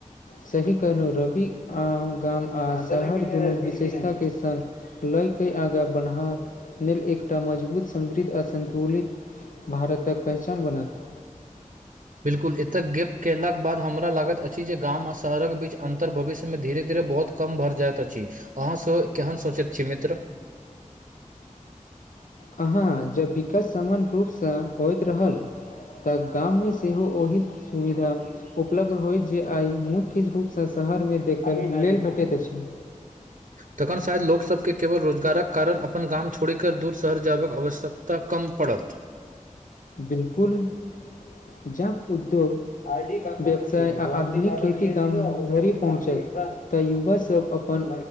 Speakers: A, on the left; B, on the right.
A: सही कहलहु रवि आ गाम आ शहर विशेषता के संग लय क आगाँ बढ़ावक लेल एकटा मजबूत समृद्ध अ सन्तुलित भारतक पहचान बनत
B: बिल्कुल एतऽ गप कयलाके बाद हमरा लागैत अछि जे गाम आर शहरके बीच अन्तर भविष्यमे धीरे धीरे बहुत कम भऽ जायइत अछि अहाँसँ केहन सोचैत छी मित्र
A: अहाँ जब विकास सामान्य रूपसँ होइत रहल तऽ गाममे सेहो ओहि सुविधा उपलब्ध होय जे आइ मुख्य रूपसँ शहरमे देखय लेल भेटैत अछि
B: तखन शायद लोकसभकेँ केवल रोजगारक कारण अपन गाम छोड़ि कऽ दूर शहर जायबाक आवश्यकता कम पड़त
A: बिल्कुल जब उद्योग व्यवसाय आ आधुनिक खेती गाम धरि पहुँचत तऽ युवा सब अपन